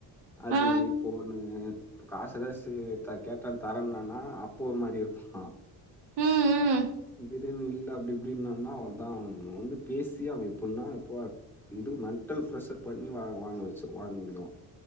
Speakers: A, in the centre; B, on the right.
A: அது
B: ஆ
A: இப்போ அ காசு ஏதாது சு கேட்டா தராேன்னானா அப்போ ஒரு மாரி இருக்கா
B: ம் ம்
A: திடீர்னு இல்ல அப்டி அப்டின்னா தா அவன்தா அவ வந்து பேசி அவ எப்பின்னா எப்ப இது மென்டல் ப்ரெஷர் பண்ணி வா வாங்க வச்சு வாங்கிடுவா